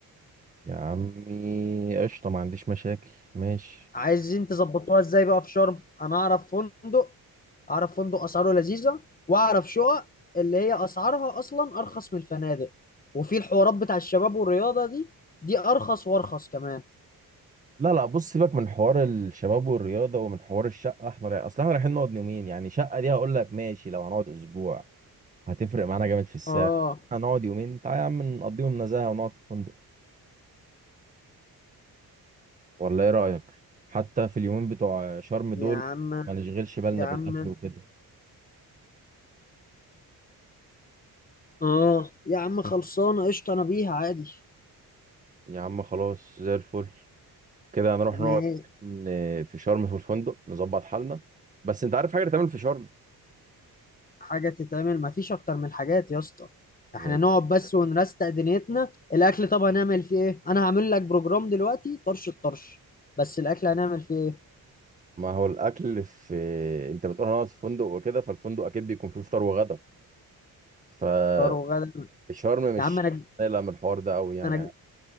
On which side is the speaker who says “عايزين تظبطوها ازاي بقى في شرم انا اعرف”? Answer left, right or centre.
Left